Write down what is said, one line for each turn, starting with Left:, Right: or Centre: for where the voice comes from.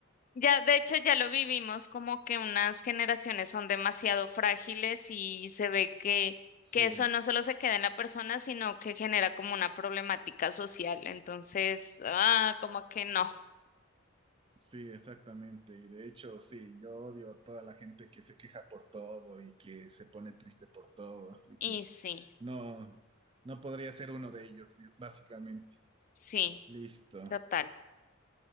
Left: Ya, de hecho, ya lo vivimos como que unas generaciones son demasiado frágiles y se ve que,
Right: Sí,
Left: que eso no solo se queda en la persona, sino que genera como una problemática social. Entonces, ah, como que no.
Right: sí, exactamente. Y de hecho, sí, yo odio a toda la gente que se queja por todo y que se pone triste por todo. Así que
Left: Y sí,
Right: no, no podría ser uno de ellos, básicamente.
Left: sí,
Right: Listo.
Left: total.